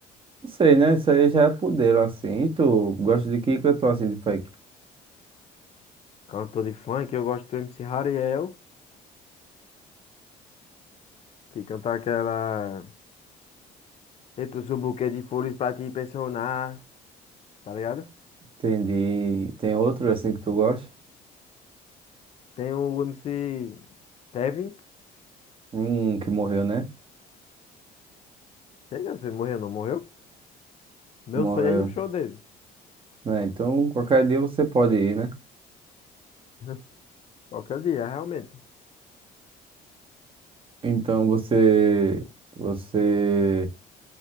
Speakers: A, on the right; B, on the left.
A: Não sei, né? Isso aí já é poder, assim. E tu gosta de que cantor assim de funk?
B: Cantor de funk, eu gosto do M C Hariel, que canta aquela... Entre o seu buquê de flores pra te impressionar, tá ligado?
A: Entendi. Tem outro assim que tu gosta?
B: Tem o M C Kevin,
A: Um que morreu, né?
B: Sei não, se ele morreu ou não morreu. Meu
A: Morreu.
B: sonho é ir no show dele.
A: Né? Então, qualquer dia você pode ir, né?
B: <laughs> Qualquer dia, realmente.
A: Então, você. Você.